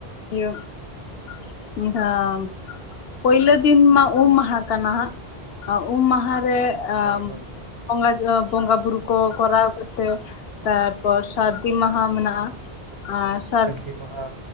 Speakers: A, on the left; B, on the right.
A: ᱤᱭᱟᱹ <unintelligible> ᱯᱳᱭᱞᱳ ᱫᱤᱱ ᱢᱟ, ᱩᱢ ᱢᱟᱦᱟ ᱠᱟᱱᱟ ᱦᱟᱸᱜ, ᱟᱹ ᱩᱢ ᱢᱟᱦᱟᱨᱮ ᱟ
B: ᱦᱳᱭ ᱦᱳᱭ
A: ᱵᱚᱸᱜᱟ ᱡᱚᱦᱟ, ᱵᱚᱸᱜᱟ ᱵᱩᱨᱩ ᱠᱚ ᱠᱚᱨᱟᱣ ᱠᱟᱛᱮ ᱛᱟᱨᱯᱚᱨ ᱥᱟᱹᱨᱫᱤ ᱢᱟᱦᱟ ᱢᱮᱱᱟᱜᱼᱟ᱾ ᱟᱨ,
B: ᱥᱟᱹᱨᱫᱤ ᱢᱟᱦᱟ,